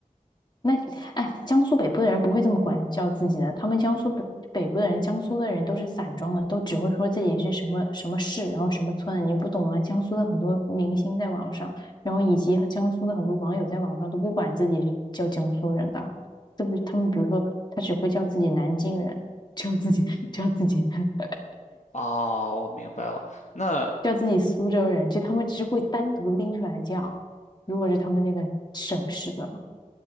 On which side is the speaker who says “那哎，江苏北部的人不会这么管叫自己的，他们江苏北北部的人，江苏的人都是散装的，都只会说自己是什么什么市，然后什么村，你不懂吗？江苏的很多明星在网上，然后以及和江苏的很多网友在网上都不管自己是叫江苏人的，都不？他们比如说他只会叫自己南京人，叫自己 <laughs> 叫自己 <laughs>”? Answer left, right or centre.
Left